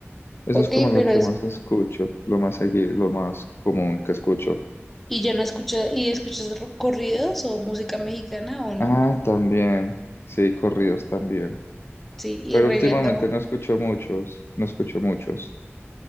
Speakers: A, on the left; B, in the centre.
A: eso
B: Ok,
A: es como lo
B: pero
A: que
B: es.
A: más escucho, lo más seguido, lo más común que escucho.
B: ¿Y ya no escuchas? ¿Y escuchas ro- corridos o música mexicana o no?
A: Ah, también, sí, corridos también,
B: Sí,
A: pero
B: y reggaetón.
A: últimamente no escucho muchos, no escucho muchos.